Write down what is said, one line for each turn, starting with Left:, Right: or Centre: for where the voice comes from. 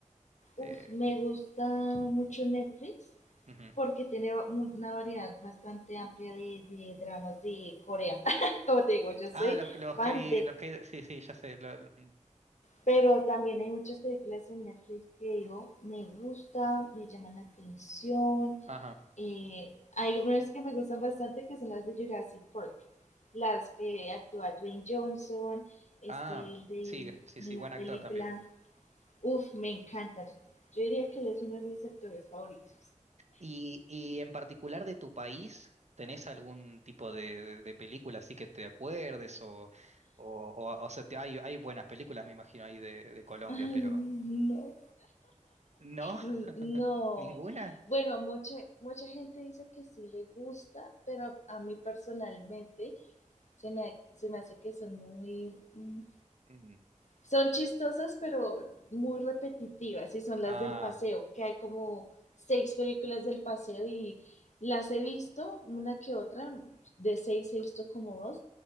Right: Eh,
Left: Uf, me gusta mucho Netflix
Right: ujú.
Left: porque tiene una variedad bastante amplia de, de dramas de Corea. <laughs> Como te digo, yo soy
Right: Ah, los, los
Left: fan
Right: que,
Left: de
Right: los que, sí, sí, ya sé. lo- lo-
Left: Pero también hay muchas películas en Netflix que digo, me gusta, me llaman la atención.
Right: ajá.
Left: eh, hay unas que me gustan bastante que son las de Jurassic Park, las que actúa Dwayne Johnson, este,
Right: Ah,
Left: el del-
Right: sí, sí,
Left: de
Right: sí,
Left: la
Right: buen
Left: película.
Right: actor también.
Left: Uf, me encanta. Yo diría que él es uno de mis actores favoritos.
Right: Y, y en particular de tu país, ¿tenés algún tipo de, de- de película así que te acuerdes? O, o, o, o sea, te- hay, hay buenas películas, me imagino, ahí de, de Colombia,
Left: Ay,
Right: pero
Left: no.
Right: ¿no?
Left: Mm,
Right: <laughs>
Left: No.
Right: ¿Ninguna?
Left: Bueno, mucha, mucha gente dice que sí le gusta, pero a mí personalmente se me, se me hace que son muy, mm,
Right: Mm.
Left: son chistosas, pero muy repetitivas y son las
Right: Ah,
Left: del paseo, que hay como seis películas del paseo y las he visto una que otra, de seis he visto como dos,